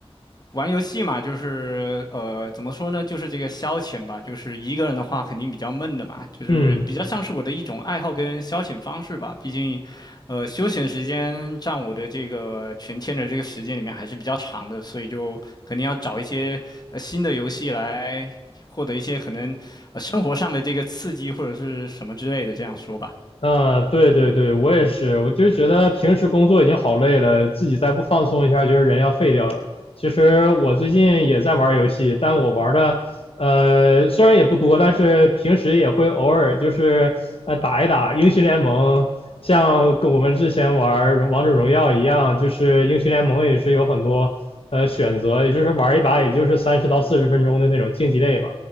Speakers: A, on the left; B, on the left.
A: 玩游戏嘛，就是呃，怎么说呢，就是这个消遣吧，就是一个人的话肯定比较闷的嘛，就是比较像是我的一种爱好跟消遣方式吧。
B: 嗯。
A: 毕竟，呃，休闲时间占我的这个全天的这个时间里面还是比较长的，所以就肯定要找一些呃新的游戏来获得一些可能呃生活上的这个刺激或者是什么之类的，这样说吧。
B: 啊，对对对，我也是，我就觉得平时工作已经好累了，自己再不放松一下，觉得人要废掉了。其实我最近也在玩游戏，但我玩的呃虽然也不多，但是平时也会偶尔就是呃打一打英雄联盟，像跟我们之前玩荣王者荣耀一样，就是英雄联盟也是有很多呃选择，也就是玩一把也就是三十到四十分钟的那种竞技类嘛。